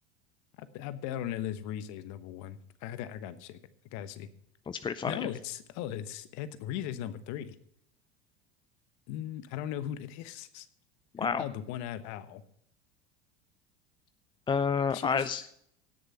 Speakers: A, on the left (about 60°); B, on the left (about 15°).
A: I, I bet on that list Rize is number one. I got I gotta check it. I gotta see.
B: That's pretty funny.
A: No, it's oh, it's it's Rize's number three. Mm, I don't know who that is.
B: Wow.
A: <laughs> Oh, the one-eyed owl.
B: Uh,
A: She
B: eyes.
A: was.